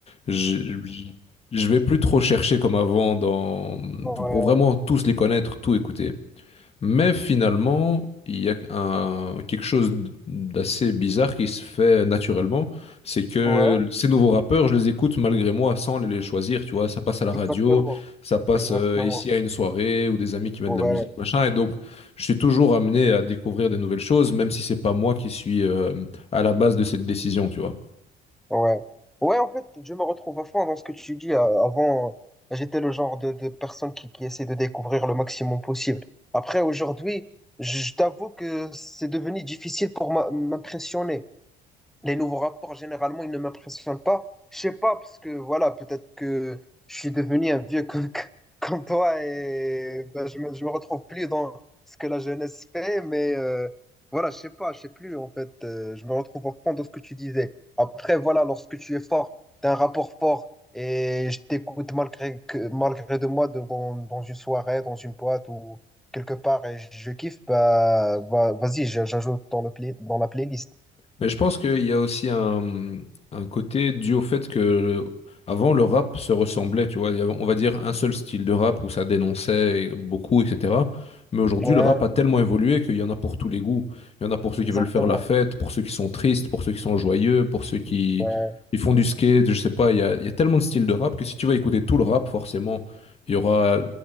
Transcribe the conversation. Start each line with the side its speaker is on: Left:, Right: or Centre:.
Left: je, je je vais plus trop chercher comme avant dans,
Centre: ouais.
Left: pour vraiment tous les connaître, tout écouter. Mais finalement, il y a un- quelque chose d'assez bizarre qui se fait naturellement. C'est que
Centre: Ouais,
Left: ces nouveaux rappeurs, je les écoute malgré moi sans les les choisir. Tu vois, ça passe à la radio,
Centre: exactement.
Left: ça passe
Centre: Exactement.
Left: euh, ici à une soirée ou des amis qui mettent
Centre: Ouais,
Left: de la musique, machin. Et donc, je suis toujours amené à découvrir des nouvelles choses, même si c'est pas moi qui suis euh, à la base de cette décision. Tu vois.
Centre: ouais. Ouais, en fait, je me retrouve à fond dans ce que tu dis. Euh, Avant, euh, j'étais le genre de, de personne qui, qui essaie de découvrir le maximum possible. Après, aujourd'hui, je je t'avoue que c'est devenu difficile pour m'a- m'impressionner. Les nouveaux rapports, généralement, ils ne m'impressionnent pas. Je sais pas, parce que voilà, peut-être que je suis devenu un vieux comme, <laughs> comme toi et ben, je me, je me retrouve plus dans ce que la jeunesse fait, mais euh, voilà, je sais pas, je sais plus en fait. euh, je me retrouve au fond de ce que tu disais. Après, voilà, lorsque tu es fort, tu as un rapport fort et je t'écoute malgré, que, malgré de moi de- dans, dans une soirée, dans une boîte ou quelque part et je kiffe, bah, va- vas-y, j'ajoute dans le play- dans la playlist.
Left: Mais je pense qu'il y a aussi un, un côté dû au fait que avant le rap se ressemblait, tu vois, il y avait, on va dire un seul style de rap où ça dénonçait beaucoup, etc. Mais aujourd'hui,
Centre: Ouais.
Left: le rap a tellement évolué qu'il y en a pour tous les goûts. Il y en a pour ceux qui
Centre: Exactement.
Left: veulent faire la fête, pour ceux qui sont tristes, pour ceux qui sont joyeux, pour ceux qui
Centre: Ouais,
Left: ils font du skate, je sais pas. Il y a, il y a tellement de styles de rap que si tu vas écouter tout le rap, forcément, il y aura